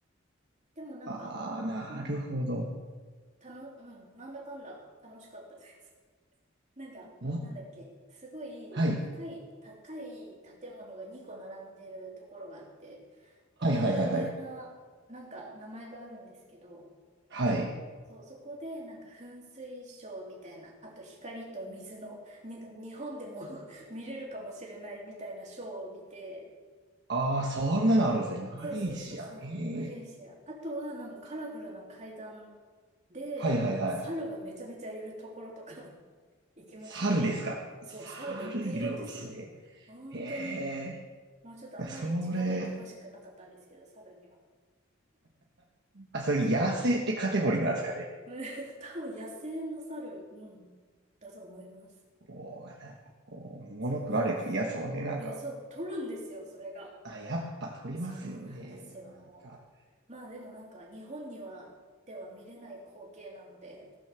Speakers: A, on the right; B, on the right.
A: でもなんか、
B: ああ、なるほど。
A: まあ、たの、うん、なんだかんだ楽しかったです。<laughs> なんか、
B: お、
A: なんだっけ、すごい高い、
B: はい。
A: 高い建物が2個並んでるところがあって、多分有名な、
B: はいはいはいはい。
A: なんか名前があるんですけど、
B: はい。
A: そう、そこでなんか噴水ショーみたいな、あと光と水の、なんか日本でも <laughs> 見れるかもしれないみたいなショーを見て、
B: ああ、そんなのあるんですね。マレーシア。
A: そうそうそうそう、
B: へえ。
A: マレーシア。あとはなんかカラフルな階段で、
B: はいはいはい。
A: 猿がめちゃめちゃいるところとか <laughs> 行きましたね。
B: 猿ですか。
A: そう、
B: 猿いるんすね。
A: 猿がいっぱいいるんですよ。本当に、
B: へえ。
A: もうちょっとあんまり近づいてほしくなかったんですけど、
B: いやそれ、
A: 猿には。
B: あ、それ野生ってカテゴリーなんですかね。
A: そう。うん <laughs> 多分野生の猿、うん、だと思います。
B: こう、なんかこう、物取られてるやつもね、
A: そうそうそう。
B: なんか、
A: いや、そう、取るんですよ、それが。
B: あ、やっぱ取りますよね。
A: そうなんですよ、
B: なんか。
A: もう。まあでもなんか、日本には、では見れない光景なので、